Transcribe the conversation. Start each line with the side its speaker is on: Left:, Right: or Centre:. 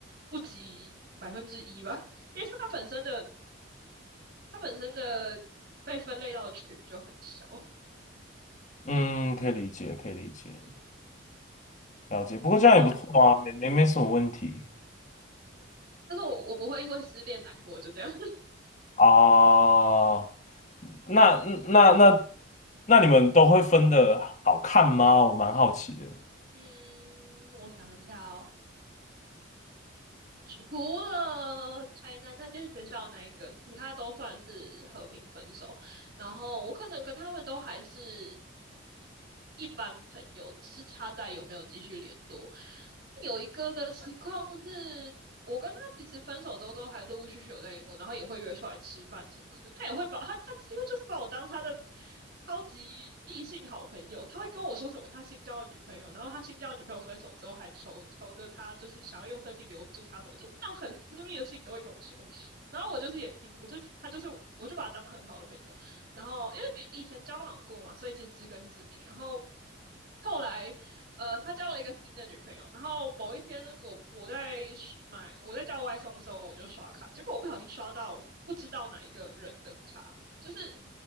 Right: 不及百分之一吧，<laughs> 因为他本身的他本身的被分类到的群就很小，
Left: 嗯，可以理解，可以理解，
Right: 嗯，
Left: 了解。不过这样也不错啊，
Right: 但我
Left: 没没没什么问题
Right: 但是我我不会因为失恋难过，就这样，<laughs>
Left: 哦。那那那那你们都会分的好看吗？我蛮好奇的。
Right: 嗯，我想一下哦。除了台南那间学校那一个，其他都算是和平分手。然后我可能跟他们都还是一般朋友，只是差在有没有继续联络。有一个的情况是，我跟他其实分手之后都还陆陆续续有在联络，然后也会约出来吃饭什么的。他也会把他他几乎就是把我当他的超级异性好朋友。他会跟我说什么他新交的女朋友，然后他新交的女朋友分手之后还求求着他，就是想要用身体留住他什么，就是那种很私密的事情都会跟我说。然后我就是也听，我就他就是我就把他当很好的朋友。然后因为比以前交往过嘛，所以其实知根知底。然后后来，呃，他交了一个新的女朋友。然后某一天我，我在刷买我在叫外送的时候，我就刷卡，结果我不小心刷到不知道哪一个人的卡，就是